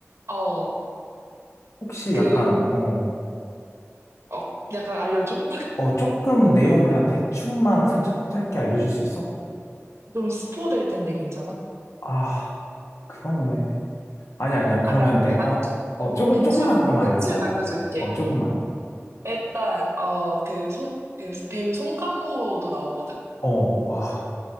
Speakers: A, on the right (about 65°); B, on the left (about 75°).
A: 어,
B: 혹시
A: 그,
B: 약간, 어,
A: 어, 약간 알려줘? <laughs>
B: 어, 조금 내용 그냥 대충만 살짝 짧게 알려줄 수 있어?
A: 좀 스포 될 텐데 괜찮아?
B: 아. 그렇네. 아니, 아니야. 그러면
A: 아니야,
B: 내가,
A: 아니야.
B: 어, 조금,
A: 대충,
B: 조금만 그럼
A: 대충
B: 알려줘.
A: 알려줄게.
B: 어, 조금만.
A: 일단, 어, 그, 송, 그 배우 송강호도 나오거든?
B: 어, 와,